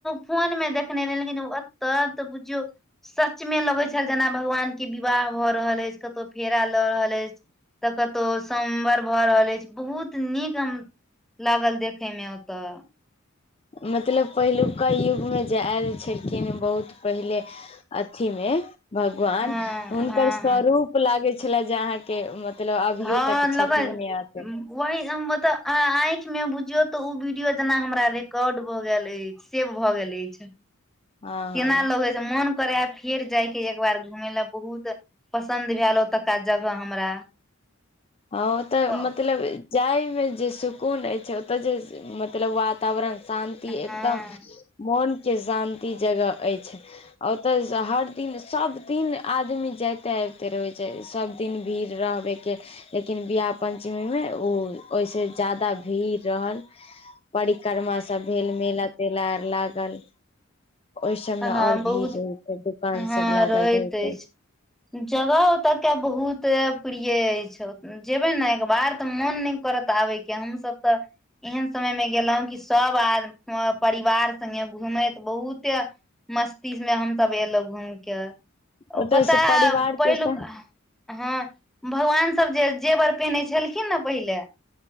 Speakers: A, in the centre; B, on the left.
A: फोन मे देखने रहि लेकिन ओतऽ तऽ बुझियौ सच मे लगै छल जेना भगवान के विवाह भऽ रहल अछि कतौ फेरा लऽ रहल अति तऽ कतौ सोम्मवर भऽ रहल अछि बहुत नीक हम लागल देखै मे ओतऽ
B: मतलब पहिलुका युगमे जे आयल छलखिन बहुत पहिले अथी मे भगवान
A: हँ
B: हुनकर
A: हँ
B: स्वरूप लागै छलए जे अहाँके मत लब अभियो
A: हँ
B: तक छथिन
A: लगल
B: ने आते
A: वही मता आंखि मे बुझियौ ते उ वीडियो जेना हमरा रिकॉर्ड भ गेल अछि सेब भऽ गेल अछि
B: हँ
A: केना
B: हँ
A: लो मन करै हा फेर जायके एकबार घूमे लए बहुत पसन्द भेल ओतुका जगह हमरा
B: हँ ओतऽ
A: हँ
B: मतलब जाय मे जे सुकून अछि ओतऽ जे मतलब वा तावरण शान्ति
A: ह
B: एकदम मोन के शान्ति जगह अछि ओतय स हर दिन सभ दिन आदमी जायइते अबिते रहै छै सभ दिन भीड़ रहबे के लेकिन विवाह पञ्चमी मे ओ ओहिसँ जादा भीड़ रहल परिक्रमा सब भेल मेला तेला आर लागल ओहि सबमे
A: हँ
B: और
A: बहुत
B: भीड़ रहे छै दुकान
A: हँ
B: सब लागल
A: रहति
B: रहे छै
A: अछि जगह ओत के बहुत प्रिय अछि ओत जेबै न एक बार तऽ मोन नय करत आबय के हमसभ तऽ एहन समय मे गेलौं कि सब आ परिवार संगे घूमति बहुते मस्तिष् मे हमसभ एलौ घूइम क
B: ओतय
A: पता
B: से
A: हे
B: परिवार
A: पहिलुक
B: के संग
A: हँ भगवान सब जे जेवर पहिनै छलखिन ने पहिले